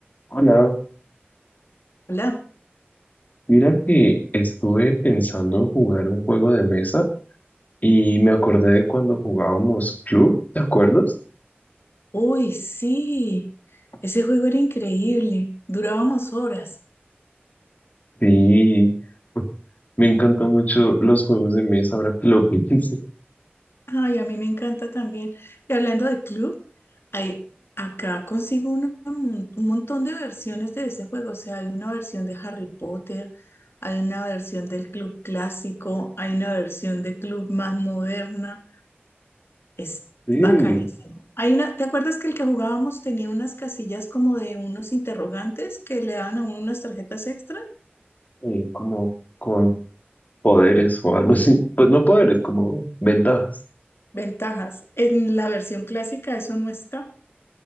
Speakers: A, on the left; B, on the left.
A: Hola,
B: Hola.
A: mira que estuve pensando en jugar un juego de mesa y me acordé de cuando jugábamos Club, ¿te acuerdas?
B: Uy, sí. Ese juego era increíble. Durábamos horas.
A: Sí, pues, me encantan mucho los juegos de mesa ahora que lo <laughs> pienso.
B: Ay, a mí me encanta también. Y hablando de club, hay, acá consigo uno- un, un montón de versiones de ese juego. O sea, hay una versión de Harry Potter, hay una versión del club clásico, hay una versión de club más moderna. Es
A: Sí,
B: bacanísimo. Hay una, ¿te acuerdas que el que jugábamos tenía unas casillas como de unos interrogantes que le daban a uno unas tarjetas extra?
A: eh, como con poderes o algo así. Pues no poderes, como ventajas.
B: Ventajas. En la versión clásica eso no está.